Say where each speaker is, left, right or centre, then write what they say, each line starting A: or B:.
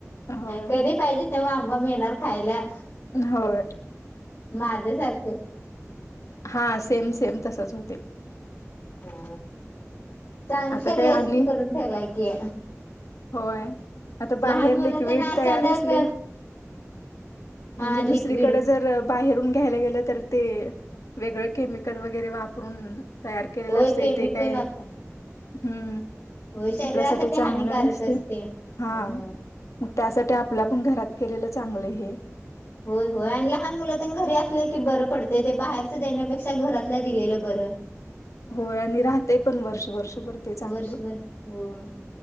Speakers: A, on the left; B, on the left.
A: होय
B: कधी पाहिजे तेव्हा आंबा मिळणार खायला.
A: होय.
B: माझ्या सारखं
A: हा सेम सेम तसचं होतयं.
B: हा! चांगली
A: आता
B: कि
A: काय
B: रेसिपी
A: आली
B: करून ठेवलाय की.
A: होय आता बाहेर
B: लहान
A: लिक्विड
B: मुलं तेन अचानक
A: तयार असलेलं
B: हा
A: म्हणजे दुसरीकडे
B: लिक्विड
A: जर, बाहेरून घ्यायला गेलं तर ते, वेगळं केमिकल वगैरे वापरून तयार केलेलं
B: होय
A: असतयं,
B: केमिकल
A: ते काय
B: आता
A: हम्म.
B: होय शरीरासाठी
A: आपल्यासाठी चांगलं
B: हानिकारक
A: नसतयं
B: असते हम्म
A: हा, मग त्यासाठी आप आपल आपून घरात केलेलं चांगलं हे.
B: होय होय, आणि लहान मुलं तेन घरी असलं की बरं पडतयं ते बाहेरच देण्यापेक्षा घरातलं दिलेलं बर. त
A: होय आणि राहते पण वर्ष वर्षभर ते चांगलं,
B: वर्षभर हो